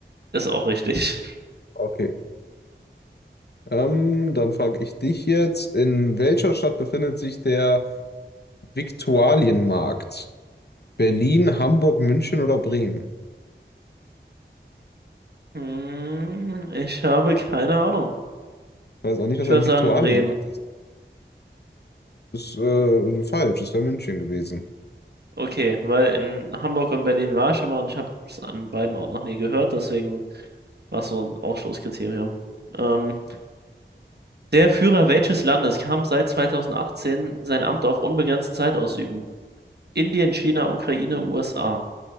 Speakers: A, on the right (about 60°); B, on the left (about 60°).
A: Ist auch richtig.
B: Okay. Ähm, dann frage ich dich jetzt, in welcher Stadt befindet sich der Viktualienmarkt? Berlin, Hamburg, München oder Bremen? Ich
A: Hm, ich habe keine Ahnung.
B: weiß auch nicht, was
A: Ich würde
B: ein
A: sagen
B: Viktualienmarkt
A: Bremen.
B: ist. Das ist äh, falsch, es wäre München gewesen.
A: Okay, weil in Hamburg und Berlin war ich schon mal und ich habe es an beiden Orten noch nie gehört, deswegen war es so ein Ausschlusskriterium. Ähm, der Führer welches Landes kann seit 2018 sein Amt auf unbegrenzte Zeit ausüben? Indien, China, Ukraine, USA.